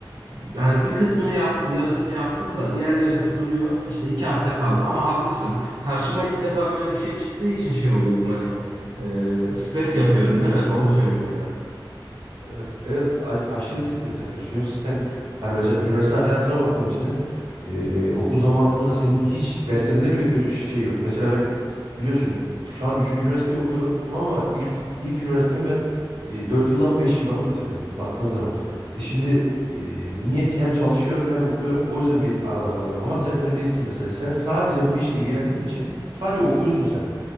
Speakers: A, on the right; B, on the right.
A: Yani bir kısmını yaptım, yarısını yaptım da diğer yarısı duruyor. İşte iki hafta kaldı ama haklısın. Karşıma ilk defa böyle bir şey çıktığı için şey oluyorum hani e, stres yapıyorum
B: Hı hı.
A: değil mi? Doğru söylüyorsun ya.
B: Evet, evet a- aşırı stres yapıyorsun. Yoksa sen hani mesela üniversite hayatına bakıyorum senin. Ee, okul zamanında senin hiç derslerinde bile kötü şey yoktu. Mesela ben biliyorsun şu an üçüncü üniversiteyi okuyorum ama ilk ilk üniversitemi ben e, 4 yılda mı 5 yılda mı bitirdim baktığın zaman. E şimdi e, niye hem çalışıyorum hem okuyorum o yüzden bir arada kalıyorum. Ama sen öyle değilsin mesela. Sen sadece bu işle ilgilendiğin için sadece okuyorsun sen.